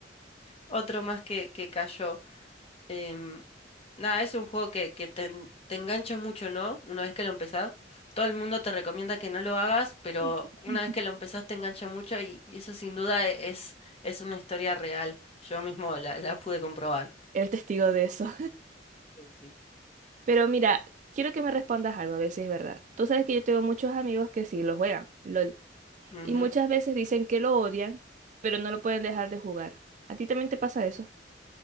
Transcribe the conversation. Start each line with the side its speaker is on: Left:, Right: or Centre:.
Left: Otro más que, que cayó. Em, nada, es un juego que, que te, en- te engancha mucho, ¿no? Una vez que lo empezás. Todo el mundo te recomienda que no lo hagas, pero
Right: <laughs>
Left: una vez que lo empezás te engancha mucho y, y eso sin duda e- es, es una historia real. Yo mismo la, la pude comprobar.
Right: Eres testigo de eso.
Left: Sí, sí.
Right: Pero mira, quiero que me respondas algo, a ver si es verdad. Tú sabes que yo tengo muchos amigos que sí lo juegan, LOL,
Left: Ujú.
Right: y muchas veces dicen que lo odian, pero no lo pueden dejar de jugar. ¿A ti también te pasa eso?